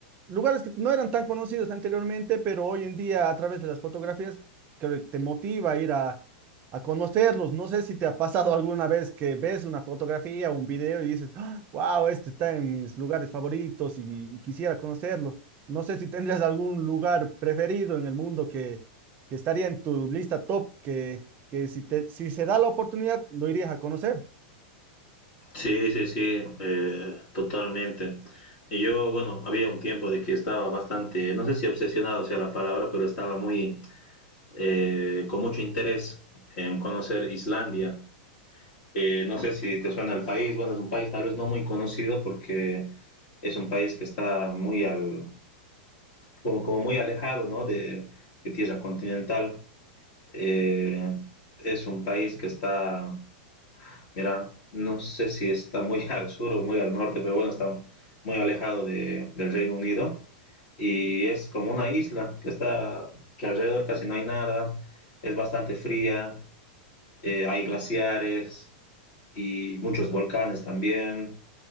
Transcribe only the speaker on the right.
lugares que no eran tan conocidos anteriormente, pero hoy en día a través de las fotografías creo que te motiva a ir a, a conocerlos. No sé si te ha pasado alguna vez que ves una fotografía o un video y dices wow, este está en mis lugares favoritos y, y quisiera conocerlo. No sé si tendrías algún lugar preferido en el mundo que, que estaría en tu lista top, que, que si, te, si se da la oportunidad, lo irías a conocer.